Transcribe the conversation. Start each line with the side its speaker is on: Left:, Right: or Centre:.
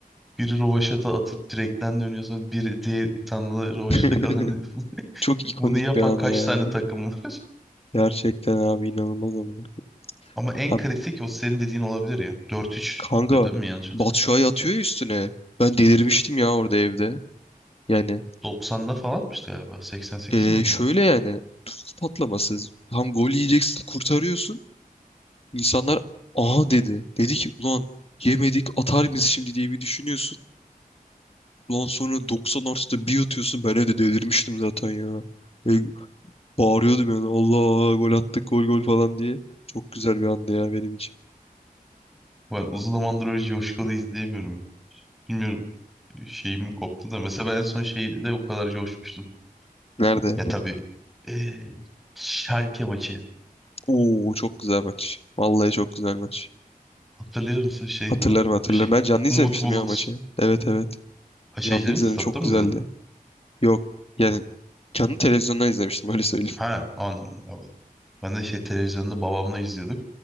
Centre: biri rovaşata atıp direkten dönüyor sonra biri diğer tanrılı rovaşata
Left: <laughs>
Centre: kalıyor.
Left: Çok ikonik
Centre: Bunu yapan
Left: bir an
Centre: kaç
Left: ya.
Centre: tane takım var? <laughs>
Left: Gerçekten abi inanılmaz amına.
Centre: Ama en
Left: Abi
Centre: kritik o senin dediğin olabilir ya. Dört 3tü
Left: kanka
Centre: değil mi? Yanlış hatırlamıyorsam.
Left: Batu Şua'yı atıyor ya üstüne. Ben delirmiştim ya orada evde. Yani
Centre: 90'da falan atmıştı galiba. 88
Left: eee,
Centre: miydi?
Left: şöyle yani tuz patlaması. Tam gol yiyeceksin kurtarıyorsun. İnsanlar aha dedi. Dedi ki ulan yemedik atar mıyız şimdi diye bir düşünüyorsun. Ulan sonra 90 artıda bir atıyorsun. Ben evde delirmiştim zaten ya. E, Bağırıyordum yani Allah gol attık gol gol falan diye. Çok güzel bir andı ya benim için.
Centre: Ben uzun zamandır öyle coşkulu izleyemiyorum. ya. Bilmiyorum şeyim koptu da. Mesela ben en son şeyde o kadar coşmuştum.
Left: Nerede?
Centre: Ya tabii eee Schalke maçı.
Left: Oo çok güzel maç. Vallahi çok güzel maç.
Centre: Hatırlıyor musun şey
Left: Hatırlarım
Centre: bu
Left: hatırlarım.
Centre: şey
Left: Ben canlı
Centre: <laughs>
Left: izlemiştim
Centre: Umut Bulut.
Left: ya maçı. Evet evet.
Centre: Ha şey
Left: Canlı
Centre: değil
Left: izledim
Centre: mi? Statta
Left: çok
Centre: mı
Left: güzeldi.
Centre: izledin?
Left: Yok yani canlı televizyondan izlemiştim öyle söyleyeyim.
Centre: Ha anladım. Evet. Ben de şey televizyonda babamla izliyorduk.